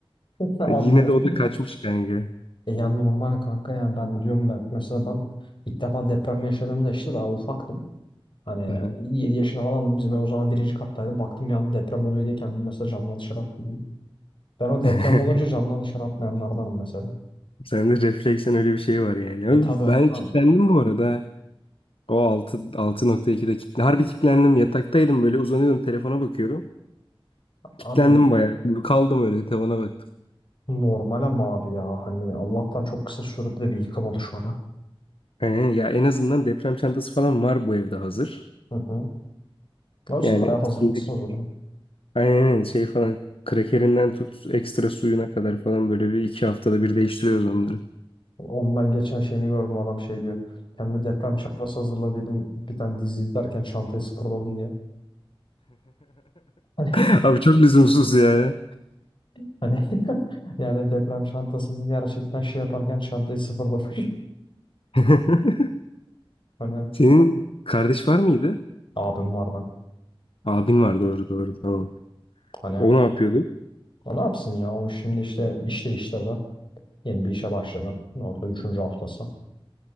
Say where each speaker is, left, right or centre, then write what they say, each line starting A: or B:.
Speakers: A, on the left; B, on the left.
A: <laughs>
B: <laughs>
A: Anlıyorum.
B: Yine de o da kaçmış kanka.
A: E ya normal kanka ya ben diyorum ben. Mesela ben ilk defa deprem yaşadığımda işte daha ufaktım. Hani
B: Hı hı.
A: 7 yaşında falandım. Bizim ev o zaman birinci kattaydı. Baktım bir anda deprem oluyor diye kendimi mesela camdan dışarı attım. Ben o deprem
B: <laughs>
A: olunca camdan dışarı atlayanlardanım mesela.
B: Sende refleksen öyle bir şey var yani. Abi
A: E tabi
B: Ben
A: <laughs> ha.
B: kilitlendim bu arada. O 6 6.2'de kilitlendim. Harbi kilitlendim. Yataktaydım böyle uzanıyordum telefona bakıyordum.
A: Abi
B: Kilitlendim bayağı. Kaldım öyle tavana baktım.
A: normal ama abi ya. Hani Allah'tan çok kısa sürede de bir yıkım oluşmadı.
B: Aynen ya en azından deprem çantası falan var bu evde hazır.
A: Hı hı. Ama
B: Yani
A: siz bayağı hazırlıklısınız
B: içindeki
A: o zaman.
B: aynen şey falan krakerinden tut ekstra suyuna kadar falan böyle bir iki haftada bir değiştiriyoruz onları.
A: Onun ben geçen şeyini gördüm adam şey diyor. Kendime deprem çantası hazırladıydım. Bir tane dizi izlerken çantayı sıfırladım diye. Hani,
B: <laughs> Abi çok lüzumsuz ya.
A: <laughs> hani <laughs> yani deprem çantasında gerçekten şey yaparken çantayı sıfırlamış. <laughs>
B: <laughs>
A: Hani
B: Senin kardeş var mıydı?
A: abim var da.
B: Abin var doğru doğru tamam.
A: Hani
B: O ne yapıyordu?
A: o ne yapsın ya o şimdi işte iş değiştirdi. Yeni bir işe başladı. Orada üçüncü haftası.